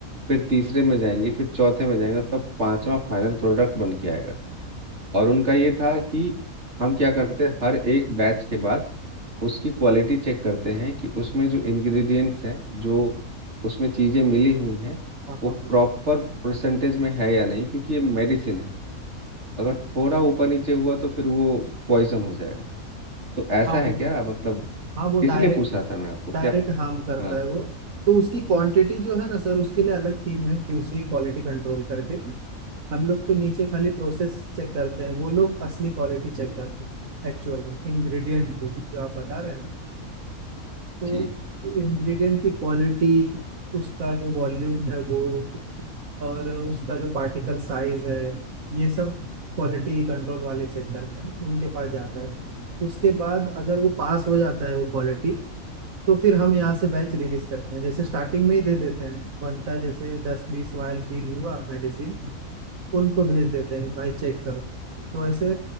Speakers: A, on the right (about 50°); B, on the right (about 70°).
A: फिर तीसरे में जाएंगे फिर चौथे में जाएंगे तब पांचवा फाइनल प्रोडक्ट बन के आएगा और उनका ये था कि हम क्या करते हैं हर एक बैच के बाद उसकी क्वालिटी चेक करते हैं कि उसमें जो इंग्रेडिएंट्स हैं जो उसमें चीज़ें मिली हुई हैं
B: हाँ
A: वो
B: हाँ हाँ
A: प्रॉपर परसेंटेज में है या नहीं क्योंकि ये मेडिसिन है अगर थोड़ा ऊपर नीचे हुआ तो फिर वो पॉइजन हो जाएगा तो ऐसा
B: हाँ, वो
A: है क्या मतलब
B: हाँ वो
A: इसीलिए
B: डायरेक्ट
A: पूछ रहा था मैं आपको कि
B: डायरेक्ट
A: आप
B: हार्म करता
A: हाँ
B: है वो तो उसकी क्वांटिटी जो है ना सर उसके लिए अलग टीम है क्यूसी क्वालिटी कंट्रोल करके हम लोग तो नीचे खाली प्रोसेस चेक करते हैं वो लोग असली क्वालिटी चेक करते हैं एक्चुअल में इंग्रेडिएंट को जो आप बता रहे हैं ना तो
A: जी
B: इंग्रेडिएंट की क्वालिटी उसका जो वॉल्यूम है वो और उसका जो पार्टिकल साइज है ये सब क्वालिटी कंट्रोल वाले चेक करते हैं उनके पास जाता है उसके बाद अगर वो पास हो जाता है वो क्वालिटी तो फिर हम यहाँ से बैच रिलीज करते हैं जैसे स्टार्टिंग में ही दे देते हैं बनता है जैसे दस बीस वायल फील हुआ मेडिसिन उनको भेज देते हैं भाई चेक करो तो ऐसे